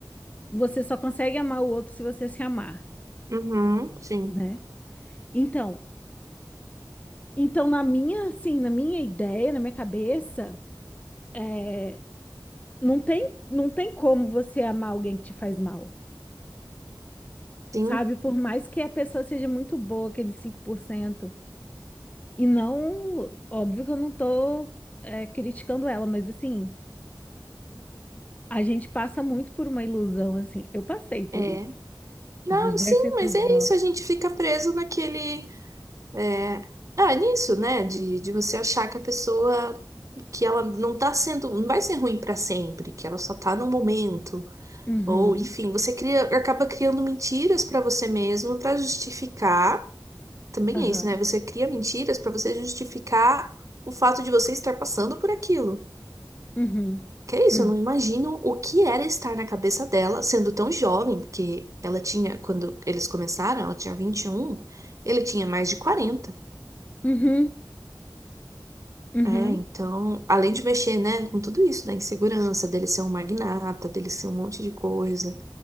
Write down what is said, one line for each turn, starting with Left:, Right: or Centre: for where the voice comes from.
Left: você só consegue amar o outro se você se amar,
Right: Uhum. Sim.
Left: né? Então, então na minha, assim, na minha ideia, na minha cabeça, é, não tem, não tem como você amar alguém que te faz mal.
Right: Sim.
Left: Sabe, por mais que a pessoa seja muito boa, aquele 5%. E não, óbvio que eu não tô, é, criticando ela, mas assim, a gente passa muito por uma ilusão, assim. Eu passei por
Right: É.
Left: isso,
Right: Não,
Left: de- dessa
Right: sim,
Left: ilusão.
Right: mas é isso. A gente fica preso naquele. É, ah, nisso, né? De, de você achar que a pessoa, que ela não tá sendo, não vai ser ruim pra sempre, que ela só tá num momento.
Left: Uhum,
Right: Ou, enfim, você cria, acaba criando mentiras pra você mesmo pra justificar. Também
Left: aham,
Right: é isso, né? Você cria mentiras pra você justificar o fato de você estar passando por aquilo.
Left: uhum,
Right: Que é isso,
Left: uhum,
Right: eu não imagino o que era estar na cabeça dela, sendo tão jovem, porque ela tinha, quando eles começaram, ela tinha vinte e um ele tinha mais de quarenta
Left: uhum, uhum,
Right: É, então, além de mexer, né, com tudo isso, da insegurança, dele ser um magnata, dele ser um monte de coisa.